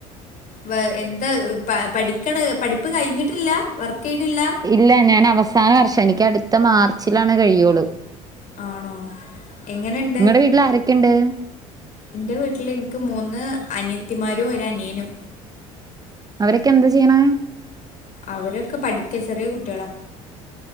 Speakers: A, on the left (about 50°); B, on the right (about 20°).
A: വ എന്താ പഠ പഠിപ്പ് കഴിഞ്ഞിട്ടില്ല ചെയ്യണില്ല
B: ഇല്ല ഞാൻ അവസാന വർഷം എനിക്ക് അടുത്ത മാർച്ചിലാണ് കഴിയുള്ളൂ!.
A: ആണോ എങ്ങനെുണ്ട്?
B: നിങ്ങളുടെ വീട്ടിൽ ആരൊക്കെയുണ്ട്
A: എന്റെ വീട്ടില് എനിക്ക് മൂന്ന് അനിയത്തിമാരും ഒരനിയനും
B: അവരൊക്കെ എന്താ ചെയ്യണ?
A: അവരൊക്കെ പഠിക്ക ചെറിയ കുട്ടികളാ.